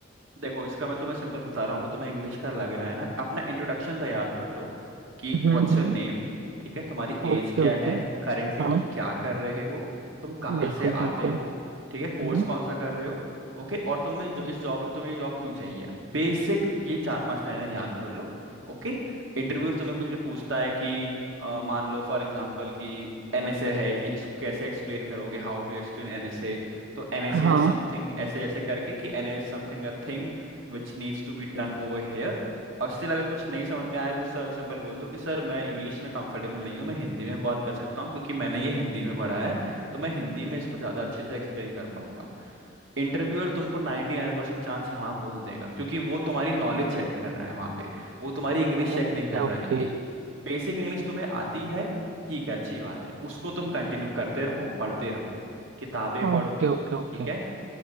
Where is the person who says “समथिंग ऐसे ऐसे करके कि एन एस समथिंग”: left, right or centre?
Right